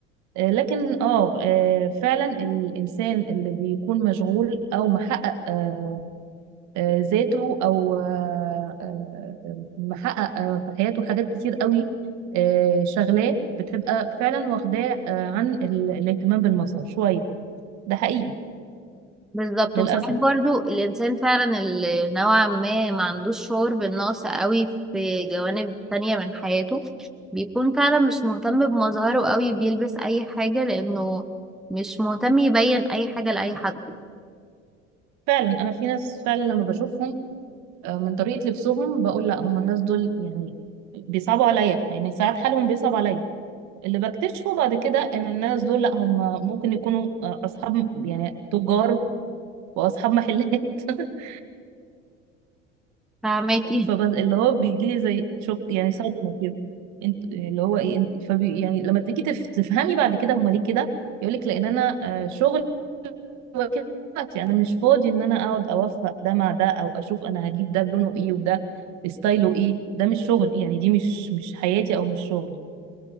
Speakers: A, on the right (about 50°); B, in the centre.
A: آه، لكن اه آه، فعلا الانسان اللي بيكون مشغول او محقق آه، آه، ذاته او آه، آه، محقق آه، في حياته حاجات كتير قوي آه، شغلاه بتبقى فعلا واخداه آه، عن ال- الاهتمام بالمظهر شويه ده حقيقي
B: بالظبط
A: للاسف
B: وساعات برضو الإنسان فعلا اللي نوعا ما ما عندوش شعور بالنقص قوي في جوانب تانية من حياته بيكون فعلا مش مهتم بمظهره قوي بيلبس أي حاجة لأنه مش مهتم يبين أي حاجة لأي حد
A: فعلا انا في ناس فعلا لما بشوفهم آه، من طريقه لبسهم بقول لا هم الناس دول يعني بيصعبوا عليا يعني ساعات حالهم بيصعب عليا اللي بكتشفه بعد كده ان الناس دول لا هم ممكن يكونوا آه، اصحاب يعني تجار واصحاب محلات <laughs>
B: فاهماكي
A: فبس اللي هو بيجي لي زي شوك يعني صدمه كده انت اللي هو ايه انت فبي يعني لما تيجي تف- تفهمي بعد كده هم ليه كده يقول لك لان انا آه، شغل واكل وقتي انا مش فاضي ان انا اقعد اوفق ده مع ده او اشوف انا هجيب ده لونه ايه وده ستايله ايه ده مش شغل يعني دي مش مش حياتي او مش شغلي